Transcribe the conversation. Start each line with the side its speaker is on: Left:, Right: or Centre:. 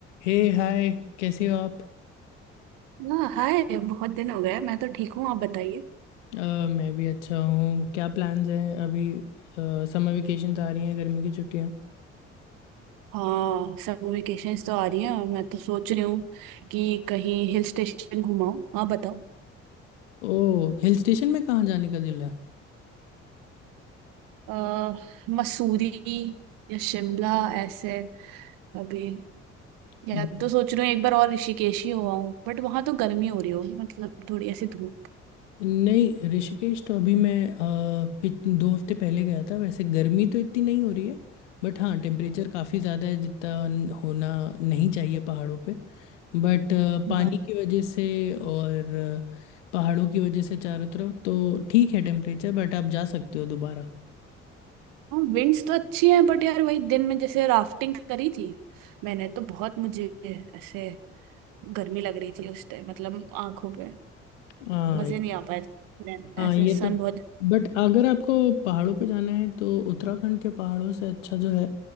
Left: हे हाय कैसे हो आप
Right: हाँ हाय बहुत दिन हो गए मैं तो ठीक हूँ आप बताइए
Left: अ, मैं भी अच्छा हूँ क्या प्लान्स हैं अभी समर वेकेशन आ रही हैं गर्मी की छुट्टियाँ
Right: हाँ समर वेकेशंस तो आ रही हैं और मैं तो सोच रही हूँ कि कहीं हिल स्टेशन घुमाऊँ आप बताओ
Left: ओह हिल स्टेशन में कहाँ जाने का दिल है
Right: अ, मसूरी या शिमला ऐसे अभी या
Left: ब-
Right: तो सोच रही हूँ एक बार और ऋषिकेश ही हुआ हूँ बट वहां तो गर्मी हो रही होगी मतलब थोड़ी ऐसी धूप
Left: नहीं ऋषिकेश तो अभी मैं अ, पिछ- दो हफ्ते पहले गया था वैसे गर्मी तो इतनी नहीं हो रही है बट हाँ टेम्परेचर काफ़ी ज़्यादा है जितना न- होना नहीं चाहिए पहाड़ों पे बट अ, पानी
Right: हाँ
Left: की वजह से और अ, पहाड़ों की वजह से चारों तरफ तो ठीक है टेम्परेचर बट आप जा सकते हो दोबारा
Right: हाँ विंड्स तो अच्छी हैं बट यार वही दिन में जैसे राफ्टिंग करी थी मैंने तो बहुत मुझे ऐसे गर्मी लग रही थी उस टाइम मतलब आंखों पे
Left: हाँ
Right: मुझे नहीं आ पाया Then
Left: हाँ
Right: ऐसे
Left: ये
Right: सन
Left: तो
Right: बहुत
Left: बट अगर आपको पहाड़ों पे जाना है तो उत्तराखंड के पहाड़ों से अच्छा जो है